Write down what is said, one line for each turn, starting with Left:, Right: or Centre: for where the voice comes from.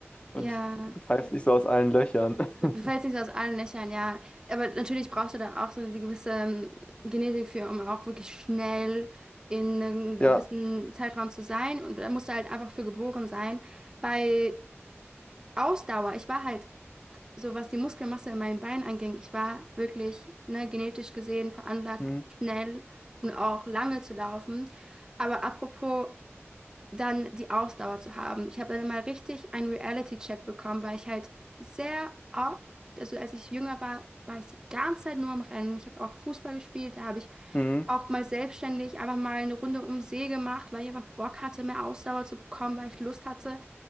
Left: Und
Right: Ja,
Left: du pfeifst nicht so aus allen Löchern.
Right: du
Left: <laughs>
Right: fällst nicht so aus allen Löchern, ja. Aber natürlich brauchst du dann auch so die gewisse ähm, Genetik für, um auch wirklich schnell in einem gewissen
Left: Ja.
Right: Zeitraum zu sein. Und da musst du halt einfach für geboren sein. Bei Ausdauer, ich war halt so was die Muskelmasse in meinen Beinen anging, ich war wirklich, ne, genetisch gesehen veranlagt,
Left: Hm.
Right: schnell und auch lange zu laufen. Aber apropos dann die Ausdauer zu haben. Ich habe dann mal richtig einen Reality-Check bekommen, weil ich halt sehr oft, also als ich jünger war, war ich die ganze Zeit nur am Rennen. Ich habe auch Fußball gespielt, da habe ich
Left: Hm.
Right: auch mal selbstständig einfach mal eine Runde um den See gemacht, weil ich einfach Bock hatte, mehr Ausdauer zu bekommen, weil ich Lust hatte